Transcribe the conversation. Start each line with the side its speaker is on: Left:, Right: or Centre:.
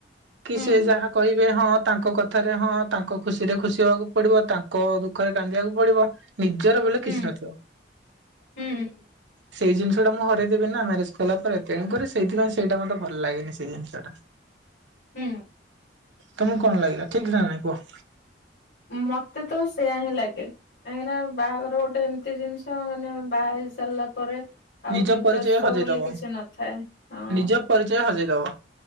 Right: କି
Left: ହୁଁ
Right: ସେ ଯାହା କହିବେ ହଁ ତାଙ୍କ କଥାରେ ହଁ ତାଙ୍କ ଖୁସିରେ ଖୁସି ହବାକୁ ପଡିବ ତାଙ୍କ ଦୁଃ ଖରେ କାନ୍ଦିବାକୁ ପଡିବ ନିଜର ବଲେ
Left: ହୁଁ
Right: କିଛି ନଥିବ।
Left: ହୁଁ
Right: ସେଇ ଜିନିଷଟା ମୁଁ ହରେଇ ଦେବି ନା ମ୍ୟାରେଜ କଲା ପରେ ତେଣୁକରି ସେଇଥିପାଇଁ ସେଇଟା ମତେ ଭଲ ଲାଗେନି ସେଇ ଜିନିଷଟା। <inaudible>
Left: ହୁଁ।
Right: ତମକୁ କଣ ଲାଗିଲା ଠିକ୍ ନା ନାଇଁ କୁହ?
Left: ମତେ ତ ସେୟା ହିଁ ଲାଗେ। କାହିଁକିନା ବାହାଘର ଗୋଟେ ଏମିତି ଜିନିଷ ମାନେ ବାହା ହେଇ ସାରିଲା ପରେ ଆଉ
Right: ନିଜ
Left: ନିଜସ୍ୱ
Right: ପରିଚୟ ହଜେଇଦବ
Left: ବୋଲି କିଛି ନଥାଏ ହଁ।
Right: ନିଜ ପରିଚୟ ହଜେଇ ଦବ।